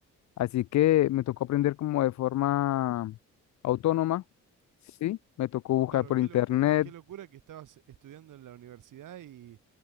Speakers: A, on the left; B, on the right.
A: Así que me tocó aprender como de forma autónoma, ¿sí? Me tocó buscar
B: Claro,
A: por
B: qué
A: internet,
B: locura, qué locura que estabas estudiando en la universidad y,